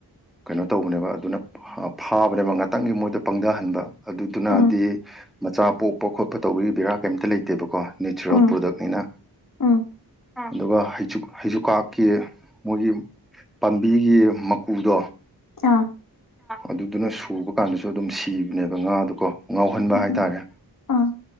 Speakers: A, in the centre; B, on the left.
A: ꯀꯩꯅꯣ ꯇꯧꯕꯅꯦꯕ ꯑꯗꯨꯅ ꯐꯥ ꯐꯥꯕꯅꯦꯕ ꯉꯥꯛꯇꯪꯒꯤ ꯃꯣꯏꯗ ꯄꯪꯊꯍꯟꯕ ꯑꯗꯨꯗꯨꯅꯗꯤ
B: ꯎꯝ
A: ꯃꯆꯥ ꯄꯣꯛꯄ ꯈꯣꯠꯄ ꯇꯧꯕ ꯕꯦꯔꯥ ꯀꯩꯝꯇ ꯂꯩꯇꯦ ꯇꯦꯕꯥꯀꯣ ꯅꯦꯆ꯭ꯔꯦꯜ
B: ꯎꯝ
A: ꯄꯥꯔꯗꯥꯛꯅꯤꯅ
B: ꯎꯝ
A: ꯑꯗꯨꯒ ꯍꯩꯁꯨ ꯍꯩꯁꯨꯀꯥꯛꯀꯤ ꯃꯣꯏꯒꯤ ꯄꯥꯝꯕꯤꯒꯤ ꯃꯀꯨꯗꯣ
B: ꯑꯥ
A: ꯑꯗꯨꯗꯨꯅ ꯁꯨꯕ ꯀꯥꯟꯗꯁꯨ ꯑꯗꯨꯝ ꯁꯤꯕꯅꯦꯕ ꯉꯥꯗꯣ ꯀꯣ ꯉꯥꯎꯍꯟꯕ
B: ꯎꯝ
A: ꯍꯥꯏꯇꯥꯔꯦ
B: ꯑꯥ